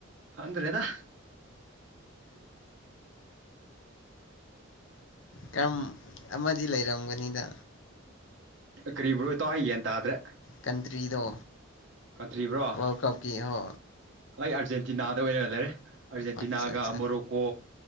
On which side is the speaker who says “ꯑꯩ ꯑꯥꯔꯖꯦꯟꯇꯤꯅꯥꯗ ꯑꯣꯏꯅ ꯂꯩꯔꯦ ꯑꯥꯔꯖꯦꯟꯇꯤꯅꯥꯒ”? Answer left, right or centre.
Right